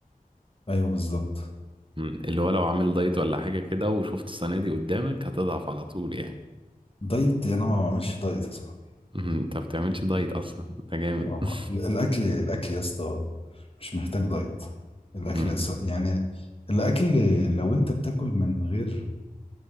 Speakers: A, on the left; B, on the right.
A: ايوه بالظبط
B: مم. اللي هو لو عامل دايت ولا حاجة كده وشفت السنة دي قدامك هتضعف على طول يعني
A: دايت انا ما بعملش دايت يا صاحبي
B: مم. انت ما بتعملش دايت اصلا انت جامد
A: ايوه هو
B: <laughs>
A: ال- الاكل الاكل يا اسطى مش محتاج دايت الاكل
B: مم.
A: س- يعني الاكل لو انت بتاكل من غير